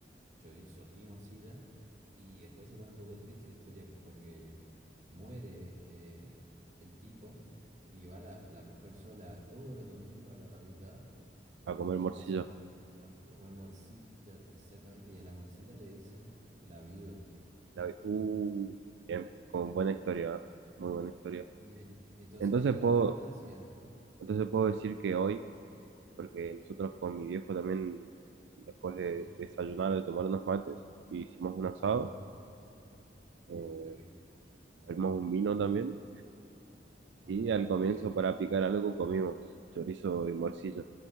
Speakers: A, on the right (about 40°); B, on the right (about 85°).
A: chorizo y morcilla. Y después se pone un poco triste la historia porque muere eh, el tipo y va la, la mujer sola todos los domingos a la parrillada
B: a comer
A: y
B: morcilla.
A: empieza a, co- a comer morcilla, exactamente, y a la morcilla le dicen la viuda.
B: La, vi- uh, bien, con buena historia, ¿eh? Muy buena historia.
A: Y en- entonces
B: Entonces
A: ahí en la
B: puedo,
A: carta decía,
B: entonces puedo decir que hoy porque nosotros con mi viejo también, después
A: sí,
B: de desayunar, de tomar unos mates, hicimos un asado,
A: ajá, uy,
B: eh,
A: qué rico,
B: abrimos un vino también,
A: ajá,
B: y al comienzo
A: qué bien,
B: para picar algo comimos chorizo y morcilla.